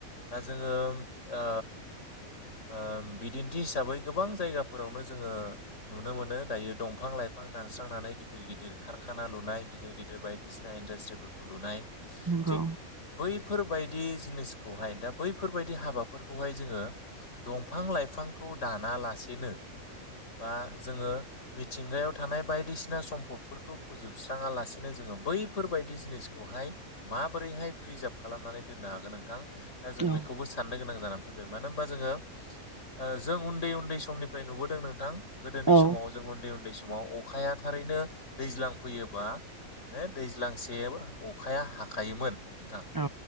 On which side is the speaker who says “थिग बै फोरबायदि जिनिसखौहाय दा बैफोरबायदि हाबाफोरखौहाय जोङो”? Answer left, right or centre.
Left